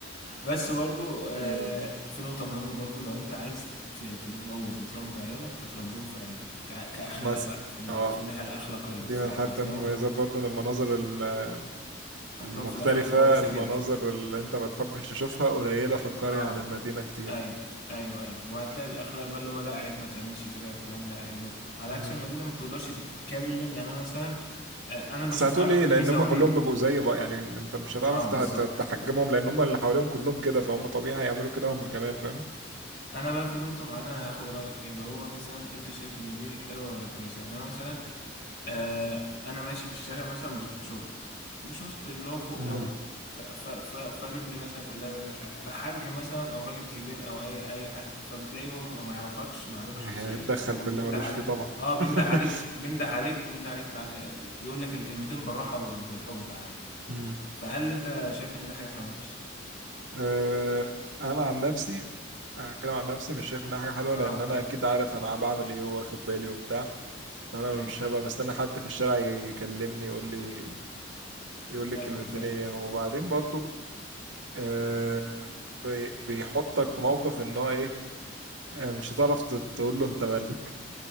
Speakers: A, on the left (about 55°); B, on the right (about 70°).
A: بس برضو آه،
B: <laughs>
A: في نقطة مهمة برضو لو انت عايز ت- تتجوز وتربي عيالك فتربيهم في أرياف ك- كأخلاق
B: مثلا
A: بقى في, ال...
B: اه
A: في الناحية الأخلاقية
B: دي
A: بصراحة
B: من الحاجات
A: هتلاقيهم
B: المميزة برضو إن المناظر ال-
A: هتلاقيهم
B: المختلفة
A: في الأخلاق كويسة
B: المناظر
A: جدا
B: اللي انت ما تحبش تشوفها قليلة في القرية
A: اه
B: عن المدينة كتير
A: ايوه ايوه ايوه وهتلاقي الاخلاق بقى اللي هو لا عيب ما تعملش كده يا فلان لا عيب ما. على
B: مم.
A: عكس المدينه ما بتقدرش تتكلم يعني انا مثلا آه، انا بشوفها
B: بس هتقول ايه لان
A: ميزه
B: هم
A: وعيب
B: كلهم بيبقوا زي بقى يعني انت مش هتعرف
A: اه بالظبط
B: ته- ته- تحجمهم لان هم اللي حواليهم كلهم كده فهم طبيعي هيعملوا كده هم كمان فاهم
A: انا بقى في نقطه معينه هاخد رايك فيها اللي هو مثلا انت شايف ان دي حلوه ولا كويسه يعني انا مثلا آه انا ماشي في الشارع مثلا بشورت بشورت اللي هو فوق
B: مم.
A: قوي ف ف ف فرجلي مثلا كلها باينه مش عارف فحج مثلا او راجل كبير او اي اي حد فبتلاقيهم ما يعرفكش معرفه
B: يعني
A: شخصيه
B: هيتدخل
A: يقوم
B: في اللي
A: بينده
B: ملوش
A: عليك
B: فيه طبعا
A: اه بينده
B: <laughs>
A: عليك بينده عليك بينده عليك تعالى يقول لك الكلمتين بالراحه وبالحب عادي
B: مم.
A: فهل انت شايف ان ده حاجه حلوه ولا وحشه
B: آه، انا عن نفسي انا هتكلم عن نفسي مش شايف انها حاجه حلوه
A: اه
B: لان انا اكيد عارف انا بعمل ايه واخد بالي وبتاع فانا
A: ايوه
B: مش هبقى مستني حد في الشارع يكلمني يقول لي يقول لي
A: ايوه
B: الكلمتين
A: انا فاهم
B: ايه وبعدين برضو آه بي- بيحطك في موقف ان هو ايه آه مش هتعرف ت- تقول له انت مالك